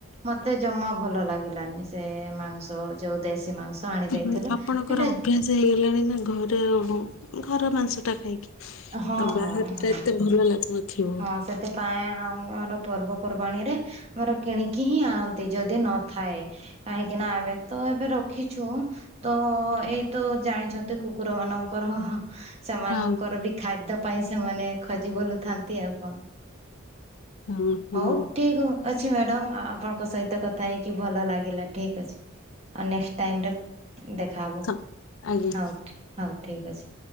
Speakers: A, on the right; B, on the left.
A: ମତେ ଜମା ଭଲ ଲାଗିଲାନି ସେ ମାଂସ ଯୋଉ ଦେଶୀ ମାଂସ। ଆଣି ଦେଇଥିଲା
B: ହୁଁ ଆପଣଙ୍କର
A: ସେଟା
B: ଅଭ୍ୟାସ ହେଇଗଲାଣି ନା ଘରେ ଘର ମାଂସ ଟା ଖାଇକି
A: ହଁ
B: ଆଉ ବାହାର
A: ହଁ ହଁ।
B: ଟା ଏତେ ଭଲ ଲାଗୁନଥିବ।
A: <unintelligible> ସେଥିପାଇଁ ଆମର ପର୍ବପର୍ବାଣିରେ- ଆମର କିଣିକି ହିଁ ଆଣନ୍ତି ଯଦି ନଥାଏ। କାହିଁକିନା ଆମେ ତ ଏବେ ରଖିଛୁ। ତ ଏଇତ ଜାଣିଛନ୍ତି କୁକୁର ମାନଙ୍କର ହଃ ସେମାନଙ୍କର
B: ହଁ
A: ବି ଖାଦ୍ୟ ପାଇଁ ସେମାନେ ଖୋଜି ବୋଲୁଥାନ୍ତି ଆଉ କଣ।
B: ହଁ ହଁ
A: ହଉ ଠିକ ଅଛି ମ୍ୟାଡାମ ଆପଣଙ୍କ ସହିତ କଥା ହେଇକି ଭଲ ଲାଗିଲା ଠିକ ଅଛି। ଆଉ ନେକ୍ସ ଟାଇମରେ ଦେଖାହବ
B: ସ- ଆଜ୍ଞା।
A: ହଉ ହଉ ଠିକ ଅଛି।